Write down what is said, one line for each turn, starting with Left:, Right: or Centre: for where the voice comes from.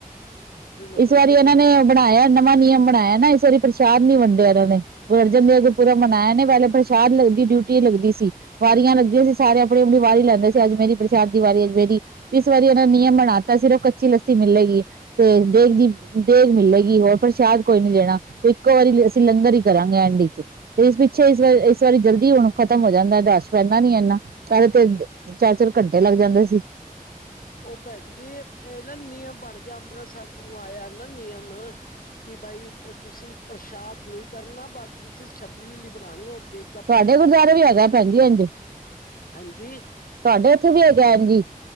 Left: ਫਿਰ ਮਤਲਬ
Right: ਇਸ ਵਾਰੀ
Left: ਫਿਰ
Right: ਉਹਨਾਂ
Left: ਲੰਗ
Right: ਨੇ ਬਣਾਇਆ, ਨਵਾਂ ਨਿਯਮ ਬਣਾਇਆ ਨਾ, ਇਸ ਵਾਰੀ ਪ੍ਰਸ਼ਾਦ ਨਈ, ਵੰਡਿਆ ਇਹਨਾਂ ਨੇ ਗੁਰੂ ਅਰਜਨ ਦੇਵ ਪੂਰਵ ਮਨਾਇਆ ਨੇ, ਪਹਿਲੇ ਪ੍ਰਸ਼ਾਦ ਲੱਗਦੀ, ਡਿਊਟੀ ਲੱਗਦੀ ਸੀ। ਵਾਰੀਆਂ ਲੱਗਦੀਆਂ ਸੀ। ਸਾਰੇ ਆਪਣੀ -ਆਪਣੀ ਵਾਰੀ ਲੈਂਦੇ ਸੀ। ਅੱਜ ਮੇਰੀ, ਪ੍ਰਸ਼ਾਦ ਦੀ ਵਾਰੀ ਅੱਜ ਮੇਰੀ ਇਸ ਵਾਰੀ, ਉਹਨਾਂ ਨਿਯਮ ਬਣਾ ਤਾ, ਸਿਰਫ ਕੱਚੀ ਲੱਸੀ ਮਿਲੇਗੀ ਤੇ ਦੇਗ ਦੀ ਦੇਗ ਮਿਲੇਗੀ, ਹੋਰ ਪਰ ਪ੍ਰਸਾਦਿ ਕੋਈ ਨੀ ਦੇਣਾ ਤੇ, ਇੱਕੋ ਵਾਰੀ ਅਸੀਂ, ਲੰਗਰ ਹੀ ਕਰਾਂਗੇ ਐੱਡ ਚ ਤੇ ਇਸ ਪਿੱਛੇ, ਇਸ ਵਾਰੀ -ਇਸ ਵਾਰੀ ਜਲਦੀ ਮਾਲ ਖ਼ਤਮ ਹੋ ਜਾਂਦਾ, ਰਸ਼ ਪੈਂਦਾ ਨਈ, ਇਨਾ ਪਹਿਲੇ ਤੇ ਚਾਰ-ਚਾਰ ਘੰਟੇ ਲੱਗ ਜਾਂਦੇ ਸੀ।
Left: ਉਹ ਭੈਣ ਜੀ, ਇਹ ਨਾ ਨਿਯਮ ਬਣ ਗਿਆ ਅੰਮ੍ਰਿਤਸਰ ਤੋਂ, ਆਇਆ ਨਾ ਨਿਯਮ ਕਿ, ਬਾਈ ਤੁਸੀਂ ਪ੍ਰਸ਼ਾਦ ਨਹੀਂ ਕਰਨਾ, ਬਸ ਤੁਸੀਂ ਛੱਬੀਲ ਹੀ, ਬਣਾਉਣੀ ਔਰ ਦੇਗ ਸਿਧਾ
Right: ਤੁਹਾਡੇ
Left: ਪ੍ਰਸ਼ਾਦ
Right: ਗੁਰਦੁਆਰੇ
Left: ਹੀ ਵਰਤਣਾ
Right: ਵੀ ਹੈਗਾ ਭੈਣ ਜੀ ਇੰਝ
Left: ਹਾਂਜੀ।
Right: ਤੁਹਾਡੇ ਇਥੇ ਵੀ ਹੈ ਏਨ ਜੀ